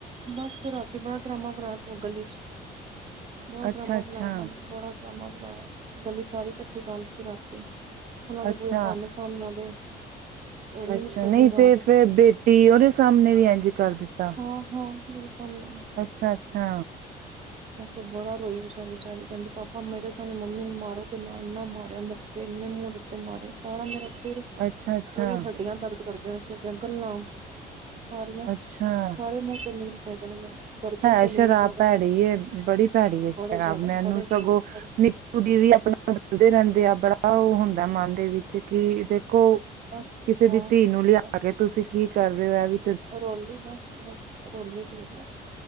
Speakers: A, on the right; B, on the right.
A: ਬਸ ਰਾਤੀ ਬੜਾ ਡਰਾਮਾ ਬਣਾਇਆ ਪੋਗਲ ਵਿੱਚ ਬੜਾ
B: ਅੱਛਾ
A: ਡਰਾਮਾ
B: ਅੱਛਾ
A: ਬਣਾਇਆ ਇਹਨਾਂ ਨੇ ਬੜਾ ਾ ਬਣਾ ਗਲੀ ਸਾਰੀ ਇਕੱਠੀ ਕਰ ਤੇ ਰਾਤੀ ਉਨਾਂ ਦੇ
B: ਅੱਛਾ
A: ਬੂਏ ਭਨ ਸਾਮਨੇਆਂ ਦੇ, ਓ ਏਨੀ
B: ਅੱਛਾ
A: ਮੁਸ਼ਕਲ
B: ਨਹੀਂ
A: ਸਮਜਾ
B: ਤੇ ਫੇਰ ਬੇਟੀ ਓਦੇ ਸਾਮਨੇ ਵੀ ਏਂਜ ਕਰ ਦਿਤਾ
A: <unintelligible>
B: ਅੱਛਾ, ਅੱਛਾ।
A: ਬਸ ਐ ਬੜਾ ਰੋਈ ਵਿਚਰ, ਵਿਚਾਰੀ ਕੈੰਦੀ ਪਾਪਾ ਮੇਰੇ ਸਾਮਨੇ ਮੰਮੀ ਨੂ ਮਾਰੋ ਤੇ ਨਾ ਏਨਾ ਮਾਰੇਆ ਮੁੱਕੇ ਇੰਨੇ ਮੂੰਹ ਤੇ ਮਾਰੇ ਸਾਰਾ ਮੇਰਾ ਸਿਰ,
B: ਅੱਛਾ ਅੱਛਾ
A: ਪੂਰੀ ਹੱਡੀਆਂ ਦਰਦ ਕਰਦੀਆਂ ਸਿਰ ਦੀਆਂ ਗੱਲਾਂ ਸਾਰੀਆਂ,
B: ਅੱਛਾ
A: ਸਾਰੇ ਮੂੰਹ ਤੇ ਨੀਲ ਪੈਗੇ ਨੇ, ਮੈਨੂੰ ਗਰਦਨ
B: ਹੈ
A: ਤੇ ਨੀਲ
B: ਸ਼ਰਾਬ
A: ਪੈ ਗਏ
B: ਭੈੜੀ
A: ਨੇ
B: ਏ, ਬੜੀ ਭੈੜੀ ਏ ਸ਼ਰਾਬ,
A: ਬੜੇ ਜ਼ਿਆਦਾ
B: ਮੈਨੂੰ
A: ਬੜੇ
B: ਸਗੋਂ
A: ਜ਼ਿਆਦਾ ਬੜੇ
B: ਨਿ <unintelligible> ਦਸਦੇ ਰੈਂਦੇ ਆ, ਬੜਾ ਓ ਹੋਂਦਾ ਐ ਮਨ ਦੇ ਵਿੱਚ, ਕਿ ਦੇਖੋ
A: ਬਸ
B: ਕਿਸੇ
A: ਹਾਂ
B: ਦੀ ਧੀ ਨੂ ਲੇਆ
A: ਬਸ
B: ਕੇ ਤੂਸੀ ਕੀ ਕਰੇਔ ਏਵੀ
A: ਰੋਲੀ ਬਸ, ਬਸ ਰੋਲੀਗੀ ਮੈਂ